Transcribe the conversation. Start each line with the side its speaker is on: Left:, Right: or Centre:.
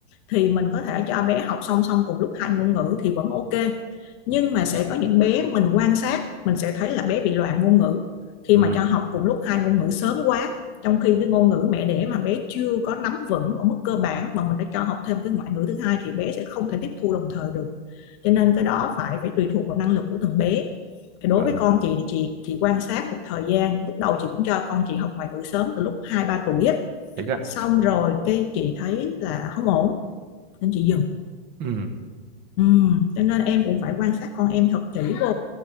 Left: thì mình có thể cho bé học song song cùng lúc hai ngôn ngữ thì vẫn ok nhưng mà sẽ có những bé mình quan sát mình sẽ thấy là bé bị loạn ngôn ngữ khi
Right: ừ,
Left: mà cho học cùng lúc hai ngôn ngữ sớm quá trong khi cái ngôn ngữ mẹ đẻ mà bé chưa có nắm vững ở mức cơ bản mà mình đã cho học thêm cái ngoại ngữ thứ hai thì bé sẽ không thể tiếp thu đồng thời được cho nên cái đó phải phải tùy thuộc vào năng lực của từng bé thì đối
Right: vâng,
Left: với con chị thì chị chị quan sát một thời gian lúc đầu chị cũng cho con chị học ngoại ngữ sớm từ lúc hai ba tuổi á
Right: thế ạ.
Left: xong rồi cái chị thấy là không ổn nên chị dừng
Right: Ừ,
Left: ừ. cho nên em cũng phải quan sát con em thật kỹ vô